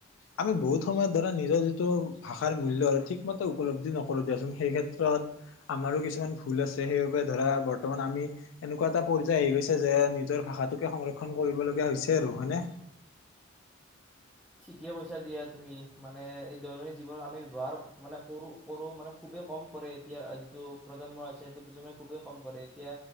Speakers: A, on the left (about 75°); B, in the centre.
A: আমি বহুত সময়ত ধৰা নিজৰ যিটো ভাষাৰ মূল্য ঠিকমতে উপলব্ধি নকৰো দিয়াচোন সেই ক্ষেত্ৰত আমাৰো কিছুমান ভুল আছে সেইবাবে ধৰা বৰ্তমান আমি এনেকুৱা এটা পৰ্য্যায়ৰ আহি গৈছে যে নিজৰ ভাষাটোকে সংৰক্ষন কৰিব লগা হৈছে আৰু হয়নে?
B: ঠিকে কৈছা দিয়া তুমি মানে এই দৈনন্দিন আমি ব্যৱহাৰ মানে কৰো কৰোঁ মানে খুবেই কম কৰে এতিয়া যিটো প্ৰজন্ম আছে সেইটো প্ৰজন্মই খুবেই কম কৰে এতিয়া